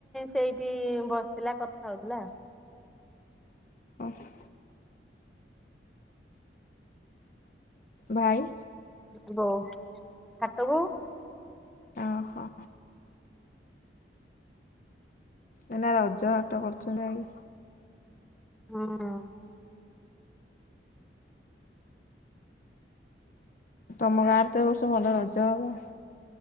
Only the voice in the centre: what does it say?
ସେଇଠି ବସିଥିଲା କଥା ହଉଥିଲା।
<unintelligible> ହାଟକୁ
<unintelligible>